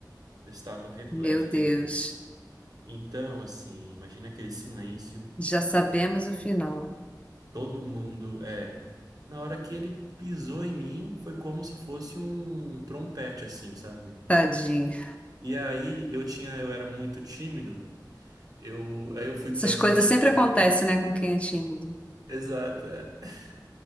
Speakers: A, on the right; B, on the left.
A: Eu estava repleto
B: Meu
A: de
B: Deus.
A: gases. Então, assim, imagina aquele silêncio,
B: Já sabemos o final.
A: todo mundo é. Na hora que ele pisou em mim, foi como se fosse um trompete, assim, sabe?
B: Tadinho.
A: E aí eu tinha, eu era muito tímido. Eu, aí eu fui,
B: Essas
A: eu,
B: coisas
A: eu saí.
B: sempre acontecem,
A: da-
B: né, com quem é tímido.
A: Exato. é. <laughs>